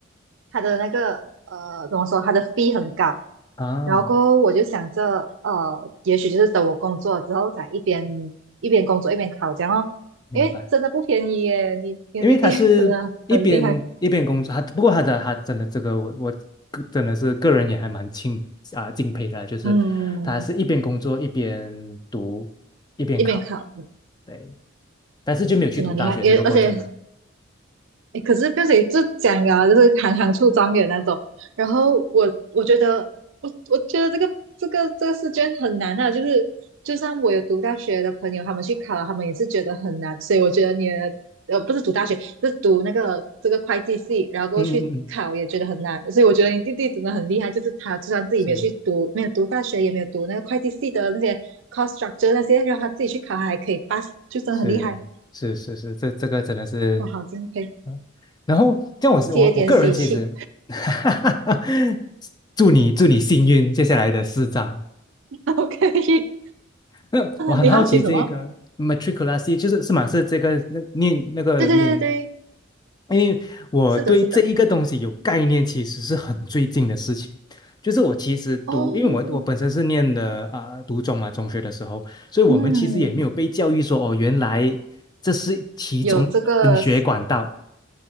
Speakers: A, on the right (about 65°); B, on the left (about 20°).
A: 他的那个呃，怎么说，他的 fee 很高，
B: 啊，
A: 然后过后我就想着，呃，也许就是等我工作之后，再一边一边工作一边考这样哦，
B: 明白。
A: 因为真的不便宜耶，你你的弟弟
B: 因为他是一边一边工作，
A: <laughs> 真的很厉害，
B: 他不过他的他真的这个我我个真的是个人也还蛮敬啊敬佩的，就是他是一边工作一边读一边考，
A: 嗯，一边考
B: 对，但是就没有去读大学这个过程了
A: 真的很厉害，也而且诶可是变成就讲啊，就是行行出状元那种。然后我我觉得，我我觉得这个这个这个试卷很难啊，就是就算我有读大学的朋友，他们去考他们也是觉得很难。所以我觉得你的呃不是读大学，是读那个这个会计系，然后过去考也觉得很难。
B: 嗯嗯嗯，嗯
A: 所以我觉得你弟弟真的很厉害，就是他就算自己没有去读，
B: 是
A: 没有读大学，也没有读那个会计系的那些 cost structure 那些，让他自己去考，他还可以 pass，就真的很厉害。
B: 是是是是，这这个真的是。
A: 哇，好敬佩，
B: 嗯，然后像我是我我个人其实，
A: 接一点喜气。
B: <laughs> 祝你祝你幸运接下来的四张。
A: OK，<laughs>
B: 那我很好奇这个
A: 你好奇什么？
B: m a t r i c u l a t i 就是是马是这个那念那个念，
A: 对对对对对，
B: 因为我对这一个东西有概念，
A: 是的，是的。
B: 其实是很最近的事情。就是我其实读，
A: 哦，
B: 因为我我本身是念的啊、读中嘛，中学的时候，所以我们其实也没有被教育说哦，
A: 嗯，
B: 原来这是其中一个升学管道。
A: 有这个